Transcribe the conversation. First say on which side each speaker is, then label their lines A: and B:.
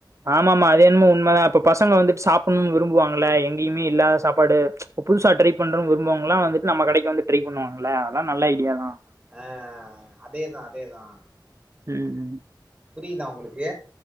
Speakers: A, on the right; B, on the right.
A: ஆமாமா அது என்னமோ உண்மதான் ப்ரோ பசங்க வந்துட்டு சாப்டனும்னு விரும்புவாங்கள்ள எங்கயுமே இல்லாத சாப்பாடு புதுசா ட்ரை பண்ற விரும்புறவங்களாம் வந்துட்டு நம்ம கடைக்கு வந்து ட்ரை பண்ணுவாங்கல்ல அதல்லாம் நல்ல ஐடியா தான்
B: அ அதேதான் அதேதான்
A: ம் ம்
B: புரியுதா உங்களுக்கு